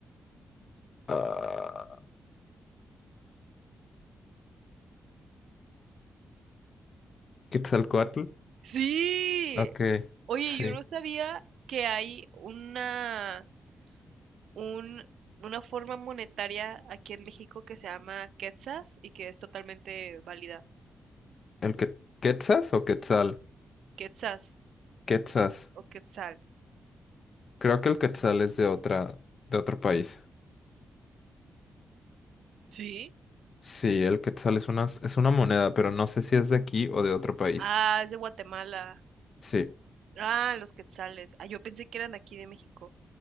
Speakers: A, on the left; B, on the right.
A: Ah, Quetzalcóatl.
B: Sí.
A: Ok,
B: Oye,
A: sí.
B: yo no sabía que hay una, un, una forma monetaria aquí en México que se llama quetzas y que es totalmente válida.
A: ¿El que Quetzas o Quetzal?
B: Quetzas
A: Quetzas.
B: o quetzal.
A: Creo que el Quetzal es de otra, de otro país.
B: Sí.
A: Sí, el Quetzal es una, es una moneda, pero no sé si es de aquí o de otro país.
B: Ah, es de Guatemala.
A: Sí,
B: Ah, los quetzales. Ah, yo pensé que eran de aquí de México.